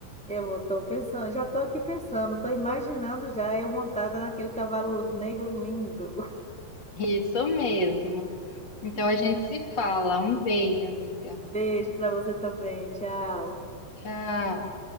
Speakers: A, in the centre; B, on the left.
A: Eu estou pensando, já estou aqui pensando, estou imaginando já eu montada naquele cavalo negro lindo.
B: Isso mesmo. Então
A: <laughs>
B: a gente se fala. Um beijo, amiga.
A: Beijo para você também, tchau.
B: Tchau.